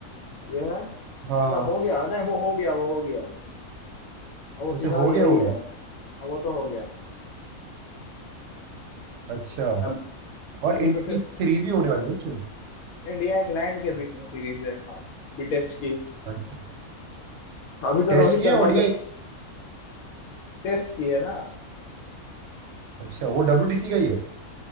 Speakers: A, on the left; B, on the right.
A: ये है
B: हाँ
A: या
B: हाँ
A: हो गया नहीं वो हो गया वो हो गया और वो
B: अच्छा
A: सीधा
B: हो
A: यही
B: गया वो
A: है
B: भी
A: हाँ, वो तो हो गया
B: अच्छा
A: अब
B: और
A: अभी
B: इंडिया
A: तो सिर्फ
B: की सीरीज भी होने वाली है अच्छा
A: इंडिया इंग्लैंड के बीच में सीरीज है हाँ अभी टेस्ट की
B: अच्छा
A: अभी तो
B: टेस्ट
A: रोहित
B: की
A: शर्मा
B: है ओडीआई
A: भी टेस्ट की है ना
B: अच्छा वो डब्ल्यूटीसी का ही है